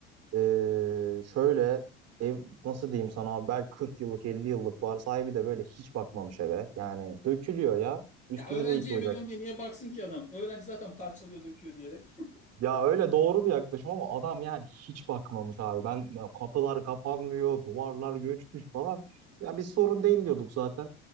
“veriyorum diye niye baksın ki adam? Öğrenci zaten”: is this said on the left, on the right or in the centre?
Left